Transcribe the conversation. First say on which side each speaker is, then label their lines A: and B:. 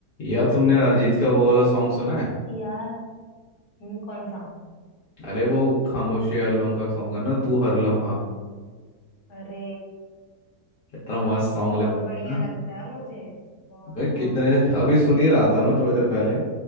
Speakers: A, on the left; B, on the left.
A: या तुमने अरिजीत का वो वाला सॉन्ग सुना है
B: यार हम्म, कौन सा
A: अरे वो खामोशी एल्बम का सॉन्ग है ना तू हर लम्हा
B: अरे
A: कितना मस्त सॉन्ग
B: बहुत
A: लगता
B: बढ़िया
A: है ना
B: लगता है मुझे बहुत
A: मैं कितने
B: बहुत
A: अभी सुन ही रहा था मैं थोड़ी देर पहले